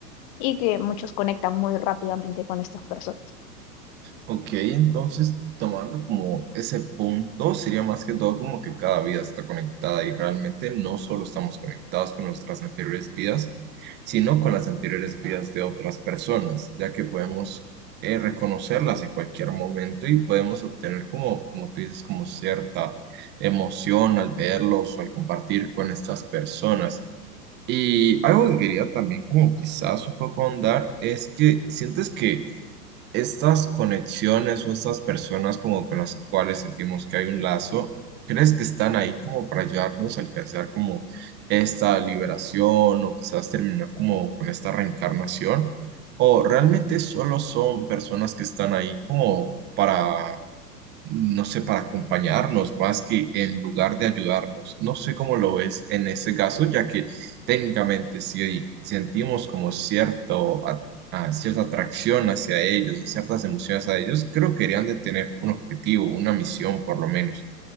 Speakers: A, on the left; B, on the right.
A: y que muchos conectan muy rápidamente con estas personas.
B: Ok, entonces tomando como ese punto, sería más que todo como que cada vida está conectada y realmente no solo estamos conectados con nuestras anteriores vidas, sino con las anteriores vidas de otras personas, ya que podemos eh, reconocerlas en cualquier momento y podemos obtener como, como tú dices, como cierta emoción al verlos o al compartir con estas personas. Y algo que quería también como quizás un poco ahondar es que sientes que estas conexiones o estas personas como con las cuales sentimos que hay un lazo, ¿crees que están ahí como para ayudarnos a alcanzar como esta liberación o quizás terminar como con esta reencarnación? ¿O realmente solo son personas que están ahí como para, no sé, para acompañarnos más que en lugar de ayudarnos? No sé cómo lo ves en ese caso, ya que técnicamente si sentimos como cierto a cierta atracción hacia ellos y ciertas emociones a ellos, creo que deberían de tener un objetivo, una misión por lo menos,